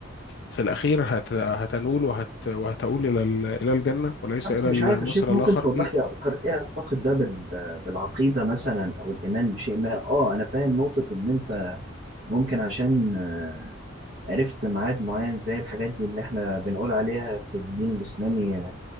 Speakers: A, on the left; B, on the right.
A: في الأخير هت... هتنول وهت... وهتؤول إلى ال... إلى الجنة وليس إلى
B: بس مش
A: المصير
B: عارف يا شيخ ممكن
A: الآخر
B: توضح
A: م-
B: لي أكتر إيه علاقة ده بال- بالعقيدة مثلا أو الإيمان بشيء ما أه أنا فاهم نقطة إن أنت ممكن عشان آه، عرفت ميعاد معين زي الحاجات دي اللي إحنا بنقول عليها في الدين الإسلامي آه،